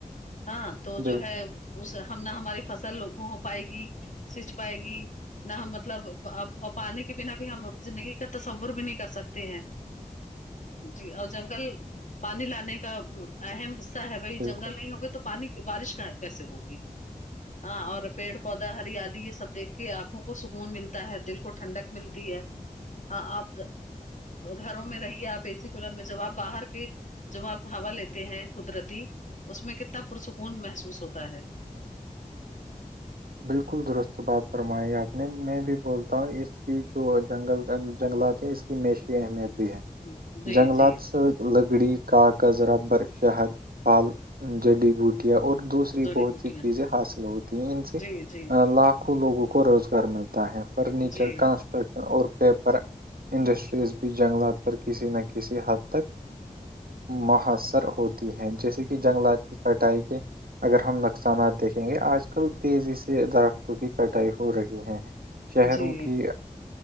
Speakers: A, on the left; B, on the right.
A: ہاں تو
B: بالکل
A: جو ہے اس ہم نہ ہماری فصل لوگوں ہو پائے گی سچ پائے گی نہ ہم مطلب اپانے کے بنا بھی ہم زندگی کا تصور بھی نہیں کر سکتے ہیں جی اور جنگل پانی لانے کا اہم حصہ ہے بھائی
B: بالکل
A: جنگل نہیں ہوگے تو پانی بارش کا کیسے ہوگی ہاں اور پیڑ پودا ہریالی یہ سب دیکھ کے آنکھوں کو سکون ملتا ہے دل کو ٹھنڈک ملتی ہے ہاں آپ گھروں میں رہیے آپ اے سی کولر میں جب آپ باہر کے ج آپ ہاوا لیتے ہیں قدرتی اس میں کتنا پرسکون محسوس ہوتا ہے
B: بالکل درست بات فرمائی آپ نے میں بھی بولتا ہوں اس کی جو جنگل جنگلات ہیں اس معیشی اہمیت بھی ہے
A: جی
B: جنگلات
A: جی
B: لکڑی کاغذ ربر شہد پھل جڈی بوٹیا اور دوسری
A: جڑی
B: بہت
A: بوٹیاں
B: سی چیزیں حاصل ہوتی ہیں ان سے
A: جی جی
B: آ، لاکھوں لوگوں کو روزگار ملتا ہے فرنیچر
A: جی
B: کنسٹرکشن اور پیپر انڈسٹریز بھی جنگلات پر کسی نہ کسی حد تک محصر ہوتا ہیں جیسے کہ جنگلات کی کٹائی کے اگر ہم نقصانات دیکھیں گے آج کل تیزی سے سے درختوں کی کٹائی ہو رہی ہے شہروں
A: جی
B: کی